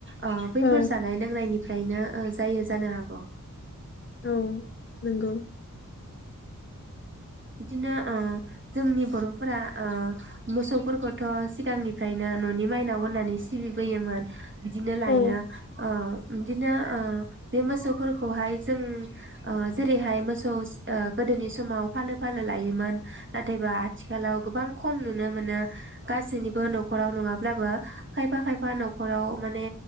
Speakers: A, on the right; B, on the left.
A: अ बैफोर
B: औ
A: जानाय लोंनायनि फ्रायनो ओ जायो जानो हागौ
B: औ नोंगौ
A: बिदिनो ओ जोंनि बरफोरा ओ मोसौफोरखौथ सिगांनिफ्रायनो ननि माइनाव होननानै सिबिबोयोमोन बिदिनो लायो
B: औ
A: ओ बिदिनो ओ बे मोसौफोरखौहाय जों ओ‌ जेरैहाय मोसौ स ओ गोदोनि समाव फालो फालो लायोमोन नाथायबा आथिखालाव गोबां खम नुनो मोनो गासैनिबो नखराव नङाब्लाबो खायफा खायफा नखराव माने